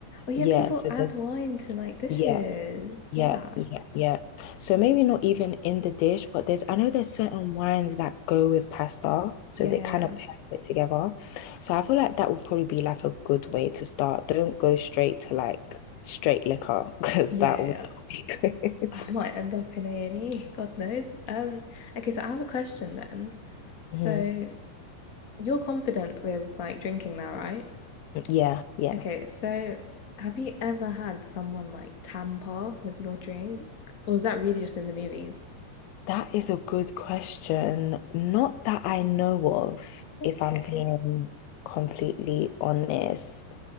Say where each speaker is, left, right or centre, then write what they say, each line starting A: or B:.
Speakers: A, on the left; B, on the left.
A: Oh yeah,
B: Yeah.
A: people
B: So
A: add
B: just
A: wine to like dishes.
B: yeah. Yeah,
A: Yeah.
B: yeah, yeah. So maybe not even in the dish, but there's I know there's certain wines that go with pasta, so
A: Yeah,
B: they
A: yeah,
B: kind
A: yeah.
B: of pair it together. So I feel like that would probably be like a good way to start. Don't go straight to like straight liquor <laughs> because
A: Yeah,
B: that
A: yeah,
B: would
A: yeah.
B: not be good.
A: <laughs> I might end up in A&E, God knows. Um, okay, so I have a question then. So
B: <laughs> hmm
A: you're confident with like drinking now, right?
B: Yeah, yeah.
A: Okay, so have you ever had someone like tamper with your drink? Or is that really just in the movies?
B: That is a good question. Not that I know of,
A: Okay.
B: if I'm being completely honest.